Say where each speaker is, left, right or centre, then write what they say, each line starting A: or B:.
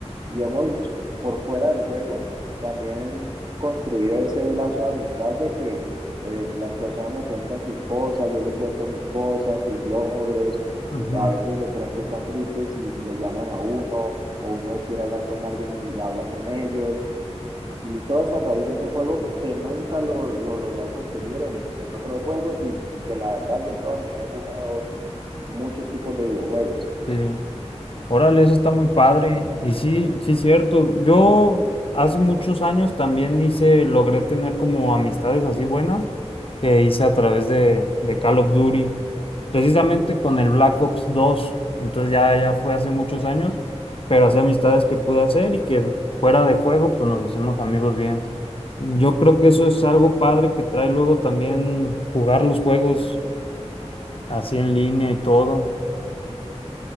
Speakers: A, on the right (about 40°); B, on the left (about 50°).
A: y hemos, por fuera del juego, también construido ese lazo de amistad de que eh, las personas me cuentan sus cosas, yo le cuento mis cosas, sus logros,
B: Ujú.
A: y a veces de pronto están tristes y lo llaman a uno, o uno quiere hablar con alguien y habla con ellos, y todo es a raíz de ese juego que nunca lo, lo logré conseguir en, en otros juegos, y que la verdad yo toda mi vida he jugado muchos tipos de videojuegos.
B: Sí. Órale, eso está muy padre. Y sí, sí, cierto. Yo hace muchos años también hice, logré tener como amistades así buenas que hice a través de, de Call of Duty, precisamente con el Black Ops 2. Entonces ya, ya fue hace muchos años, pero hacía amistades que pude hacer y que fuera de juego, pues nos hicimos amigos bien. Yo creo que eso es algo padre que trae luego también jugar los juegos así en línea y todo.